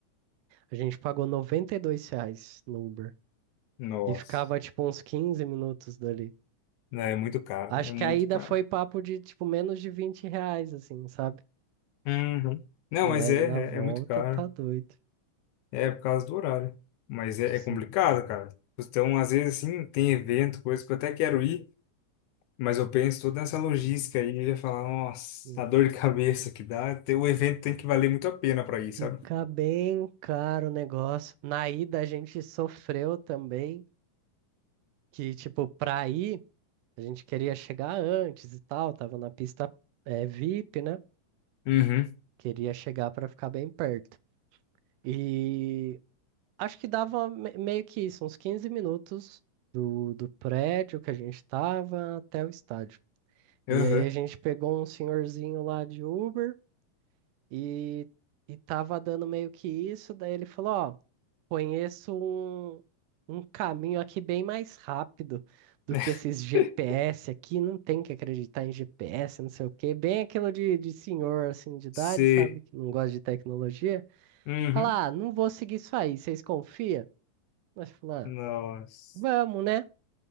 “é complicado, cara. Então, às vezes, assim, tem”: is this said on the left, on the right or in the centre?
Left